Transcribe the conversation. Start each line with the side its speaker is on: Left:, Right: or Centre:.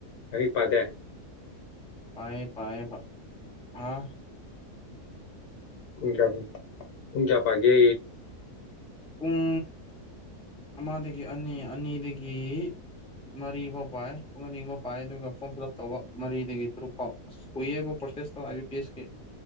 Left: ꯑꯔꯤ ꯄꯥꯗ
Centre: ꯄꯌꯦ ꯄꯌꯦ ꯄ ꯑꯥ
Left: ꯄꯨꯨꯡ ꯄꯨꯨꯡ ꯆꯥꯄꯥꯒꯦ
Centre: ꯄꯨꯡ ꯑꯃꯗꯒꯤ ꯑꯅꯤ ꯑꯅꯤꯗꯒꯤ ꯃꯔꯤꯐꯥꯎ ꯄꯥꯏ ꯄꯨꯡ ꯑꯅꯤ ꯐꯥꯎ ꯄꯥꯏ ꯑꯗꯨꯒ ꯐꯣꯔꯝ ꯐꯤꯜ ꯑꯞ ꯇꯧꯕ ꯃꯔꯤꯗꯒꯤ ꯇꯔꯨꯛ ꯐꯥꯎ ꯑꯁ ꯀꯨꯏꯑꯦꯕ ꯄ꯭ꯔꯣꯁꯦꯁ ꯑꯦꯁꯣ ꯑꯥꯏ ꯕꯤ ꯄꯤ ꯑꯦꯁ ꯀ